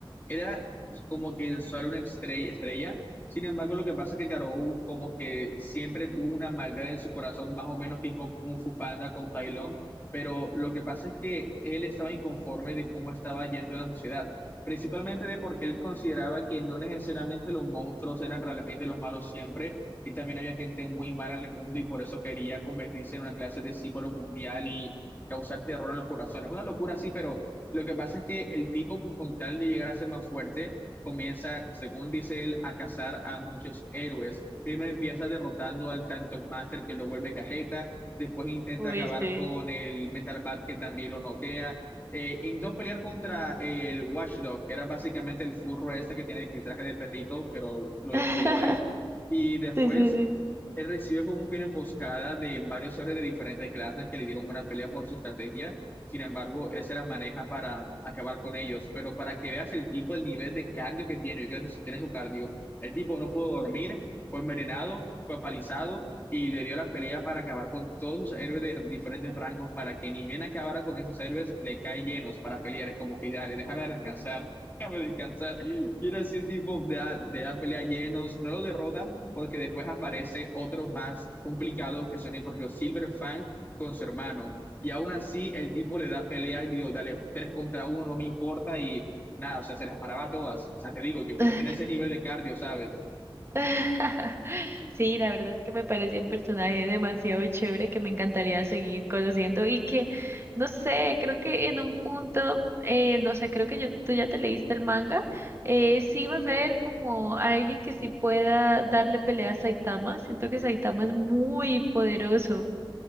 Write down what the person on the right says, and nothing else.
Uy,
sí.
<laughs>
Sí, sí, sí.
<laughs>
<laughs> Sí, la verdad es que me parece un personaje demasiado chévere que me encantaría seguir conociendo y que, no sé, creo que en un punto, eh, no sé, creo que yo, tú ya te leíste el manga, eh, sí va a haber como alguien que sí pueda darle pelea a Saitama, siento que Saitama es muy poderoso,